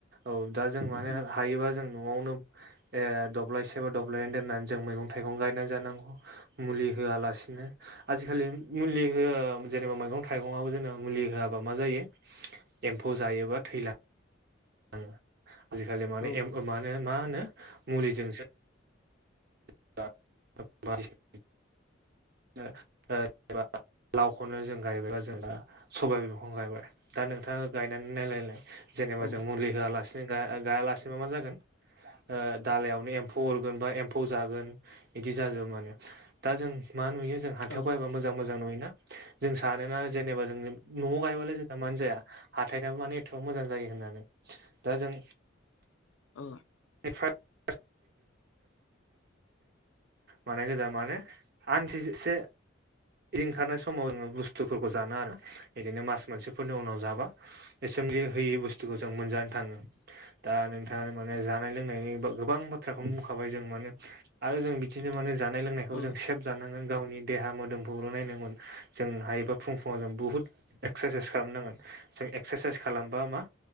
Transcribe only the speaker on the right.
औ दा जों माने
हायोबा जों न'आवनो ए दब्लायसे बा दब्लायनानै दोननानै जों मैगं थाइगं गायनानै जानांगौ मुलि होआलासिनो आजिखालि मुलि होआ जेनेबा मैगं थाइगंआबो जेनबा मुलि होआबा मा जायो एम्फौ जायोबा थैलाङो ओं आजिखालि माने
एम मानो ओ मा होनो मुलिजोंसो <unintelligible> ओ ओ बा लावखौनो जों गायबाय बा जों दा सबाइ बिमा खौवनो गायबाय दा नोंथांङा गायनानै नायलायलाय जेनेबा
जों मुलि होआलासेनो गायालासिनोबा मा जागोन ओ दालयावनो एम्फौ हरगोन बा एम्फौ जागोन बिदि जाजोबो माने दा जों मा नुयो जों हाथायाव
बबा मोजां मोजां नुयोना जों सानोना जेनेबा न'आव गायबालाय जों मानो जाया हाथायनाबो माने एथ'बां मोजां जायो होननानै दा जों
एफ्राय। । मान गोजा मानो आनसिसे। रदिखारनाय समाव जोंङो बुस्थुफोरखौ जानो आरो बिदिनो मास मोनसेफोरनि उनाव जाबा। एसेमलि होयि बुस्थुखौ जों मोनजानो थांङो दा नोंथांङा माने जानाय लोंनायनि। गोबां बाथ्राखौ बुंखाबाय जों माने आरो जों बिदिनो माने जानाय लोंनायखौ
जों सेफ जानांगोन गावनि देहा मोदोमफोरखौल नायनांगोन जों हायोबा फुं फुंङाव जों बुहुद। एक्सारसाइस खालामनांगोन जों एक्सारसाइस खालामबा मा।